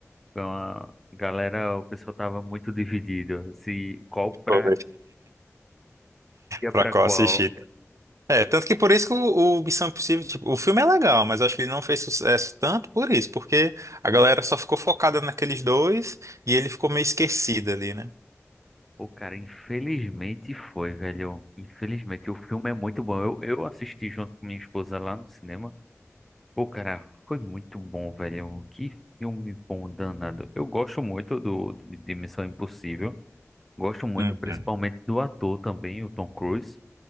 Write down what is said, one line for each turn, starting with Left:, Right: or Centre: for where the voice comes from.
Centre: Foi uma galera, o pessoal tava muito dividido. Se qual pra,
Right: Foi.
Centre: ia
Right: Pra
Centre: pra
Right: qual
Centre: qual.
Right: assistir. É, tanto que por isso que o, o Missão Impossível, tipo, o filme é legal, mas acho que ele não fez sucesso tanto por isso, porque a galera só ficou focada naqueles dois e ele ficou meio esquecido ali, né?
Centre: Pô, cara, infelizmente foi, velho. Infelizmente, o filme é muito bom. Eu, eu assisti junto com minha esposa lá no cinema. Pô, cara, foi muito bom, velho. Que filme bom, danado. Eu gosto muito do, do- de Missão Impossível. Gosto muito,
Right: Uhum.
Centre: principalmente do ator também, o Tom Cruise.